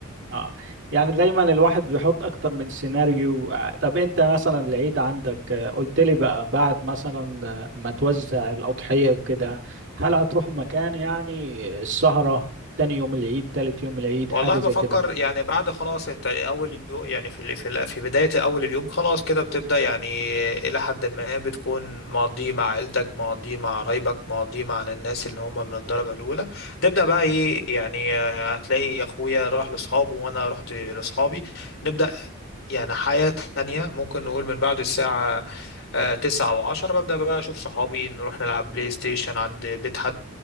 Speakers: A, on the right; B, on the left.
A: اه يعني دايما الواحد بيحط اكتر من سيناريو آه، طب انت مثلا العيد عندك آه، قلت لي بقى بعد مثلا آه، ما توزع الاضحية وكده هل هتروح مكان يعني السهرة تاني يوم العيد تالت يوم العيد
B: والله
A: حاجة زي
B: بفكر
A: كده
B: يعني بعد خلاص انت اول يوم يعني في ال- في ال- في بداية اول اليوم خلاص كده بتبدأ يعني الى حد ما بتكون مقضيه مع عيلتك مقضيه مع قرايبك مقضيه مع الناس اللي هم من الدرجة الاولى تبدأ بقى ايه يعني آه، هتلاقي اخويا راح لاصحابه وانا رحت لاصحابي نبدأ يعني حياة تانية ممكن نقول من بعد الساعة آه، تسعة وعشرة ببدأ بقى أشوف صحابي نروح نلعب بلاي ستيشن عند بيت حد